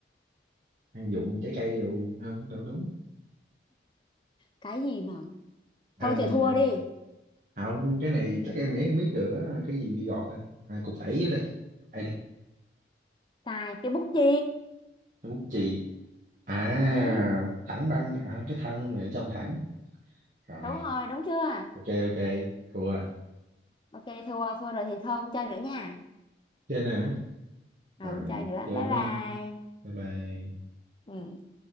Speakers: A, on the right; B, on the left.
A: ăn dụng trái cây đồ không đâu đúng
B: cái gì mà
A: khoan
B: thôi chịu
A: mình,
B: thua đi
A: không cái này chắc em nghĩ em biết được á cái gì bia gọt ta à, cục tẩy chứ đây đây đi
B: xài cái bút chì
A: cái bút chì à
B: ừ
A: thẳng băng à, cái thân ở trong thẳng rồi
B: đúng rồi đúng chưa
A: ok ok thua
B: ok thua thua rồi thì thôi không chơi nữa nha
A: chơi nè
B: ừ
A: rồi
B: không chơi nữa
A: chơi
B: bye
A: mới
B: bye
A: bye bye
B: ừ